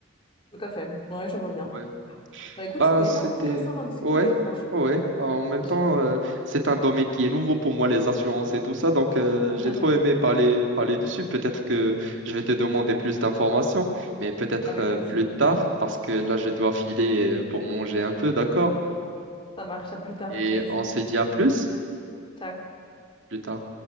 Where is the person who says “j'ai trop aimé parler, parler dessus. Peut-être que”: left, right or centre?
Right